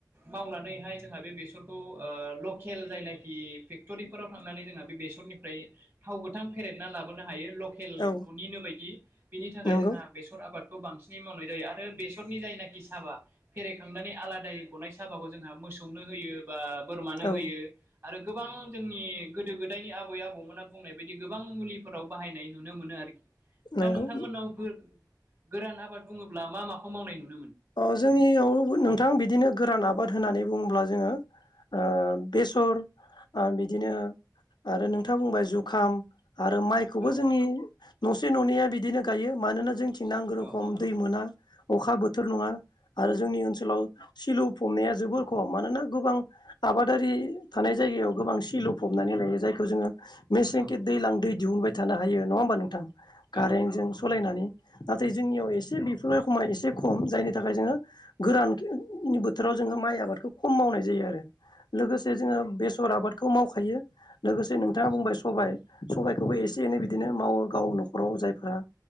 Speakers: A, on the right; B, on the left.
A: मावनानैहाय जोंहा बे बेसरखौ ओ लकेल जायनाखि फेक्ट'रिफोराव थांनानै जोंहा बे बेसर निफ्राय थाव गोथां फेरेदना लाबोनो हायो। लकेल
B: औ
A: न'निनो बायदि बिनि थाखाय
B: नंगौ
A: जोंहा बेसर आबाद खौ बांसिनोय जायो आरो बेसरनि जायनाखि साबा फेरेदखांनानै आलादायोय गनायसो साबाखौ जोंहा मोसौनो होयो बा बोरमानो
B: औ
A: होयो आरो गोबां जोंनि गोदो गोदायनि आबै आबौमोना बुंनाय बायदि गोबां मुलिफोराव बाहायनाय नुनो मोनो आरोखि। दा
B: नंगौ
A: नोंथांमोननाव गो गोरान आबाद बुङोब्ला मा माखौ मावनाय नुयो?
B: अ जोंनियाव नोंथां बिदिनो गोरान आब आबाद होननानै बुङोब्ला जोङो ओ बेसर ओ बिदिनो आरो नोंथाङा बुंबाय जुखाम आरो माइखौबो
A: औ
B: जोंनि
A: औ
B: न'से न'निया बिदिनो गायो मानोना जोंथि नंगौ रोखम
A: औ औ
B: दै मोना अखा बोथोर नङा आरो जोंनि ओनसोलाव सिलुफ फमनाया जोबोर खम मानोना गोबां आबादारि थानाय जायगायाव गोबां सिलुफबनानै लायो जायखौ जोङो मेसेंखि
A: औ
B: दैलां दै दिहुनबाय थानो हायो नङा होमबा नोंथां। कारेन्टजों
A: औ
B: सालायनानै नाथाय जोंनियाव एसे बेफोरखोमान एसे खम जायनि थाखाय जोङो गोराननि बोथोराव जोङो माइ आबादखौ खम मावनाय जायो आरो। लोगोसे जोङो बेसर आबाद खौ मावखायो लोगोसे नोंथाङा बुंबाय सबाइ सबाइखौबो एसे एनै बिदिनो मावो गाव न'खराव जायफोरा